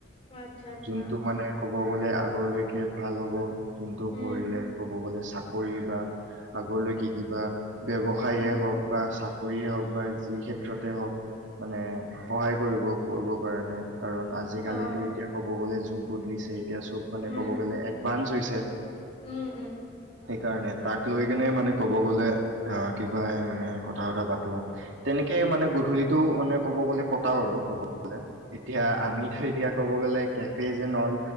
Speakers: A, on the left; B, on the right.
A: অ', আচ্ছা, আচ্ছা।
B: যোনটো মানে ক'ব গ'লে আগলৈকে ভাল হ'ব যোনটো
A: উম,
B: পঢ়িলে ক'ব গ'লে চাকৰি বা আগলৈকে কিবা ব্যৱসায়েই
A: উম,
B: হওক বা চাক কৰিয়েই হওক বা, যি ক্ষেত্ৰতে হওক মানে সহায় কৰিব কৰিবৰ কাৰণে কাৰণ আজিকালিতো
A: অ', অ',
B: এতিয়া ক'ব গ'লে যুগ <unintelligible> এতিয়া চব মানে
A: উম,
B: ক'ব গ'লে, এডভান্স হৈছে। <unintelligible>
A: উম উম
B: সেইকাৰণে তাক লৈ কেনে মানে ক'ব গ'লে আহ কি কয় মানে কথা বত পাতো তেনেকে মানে গধূলিটো মানে ক'ব গলে কটাও আৰু ক'ব গলে এতিয়া
A: উম।
B: আমি থৈতিয়া, ক'ব গ'লে কেফে যেন অল